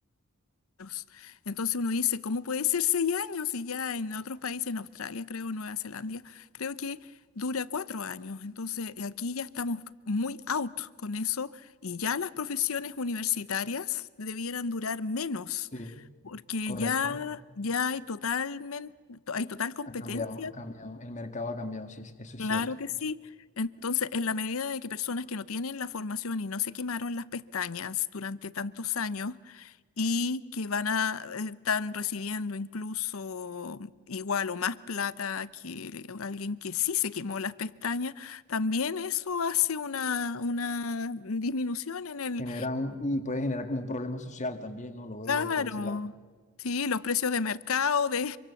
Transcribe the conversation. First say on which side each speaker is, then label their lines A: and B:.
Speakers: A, on the left (about 70°); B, on the left (about 35°).
A: años. Entonces uno dice, ¿cómo puede ser seis años? Y ya en otros países, en Australia, creo, Nueva Zelanda, creo que dura cuatro años. Entonces aquí ya estamos muy out con eso y ya las profesiones universitarias debieran durar menos,
B: Sí,
A: porque
B: correcto.
A: ya, ya hay totalmente, hay total competencia,
B: Ha cambiado, ha cambiado. El mercado ha cambiado, sí, es- eso es
A: claro
B: cierto.
A: que sí. Entonces, en la medida de que personas que no tienen la formación y no se quemaron las pestañas durante tantos años, y que van a, están recibiendo incluso igual o más plata que alguien que sí se quemó las pestañas, también eso hace una, una disminución en el
B: Genera un, y puede generar como un problema social también, ¿no? Lo veo
A: Claro,
B: yo por ese lado.
A: sí, los precios de mercado de,